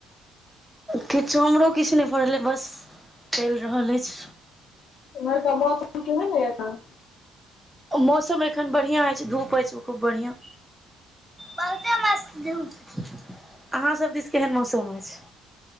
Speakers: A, in the centre; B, on the left (about 45°).
A: किछु हमरो किछु नहि भ रहल अछि बस चलि रहल अछि
B: इमहरका मौसम केहन अय अखन
A: मौसम एखन बढ़िआँ अछि धूप अछि खूब बढ़िआँ बहुते मस्त अहाँ सब दिस केहन मौसम अछि